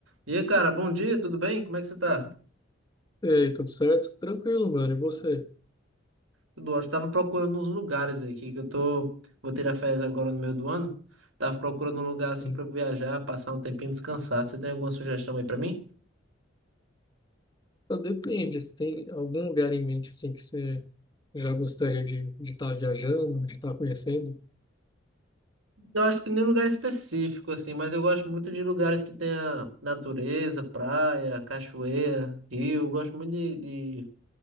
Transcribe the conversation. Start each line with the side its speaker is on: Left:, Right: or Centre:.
Right: E aí, cara, bom dia, tudo bem? Como é que você tá?
Left: Ei, tudo certo? Tranquilo, mano. E você?
Right: Tudo ótimo. Tava procurando uns lugares aqui, que eu tô... Vou tirar férias agora no meio do ano. Tava procurando um lugar assim
Left: Hum,
Right: pra eu viajar, passar um tempinho descansado. Você tem alguma sugestão aí pra mim?
Left: Depende, se tem algum lugar em mente assim que você já gostaria de estar viajando, de estar conhecendo?
Right: Eu acho que nem lugar específico, assim, mas eu gosto muito de lugares que tenha natureza, praia, cachoeira, rio. Eu gosto muito de, de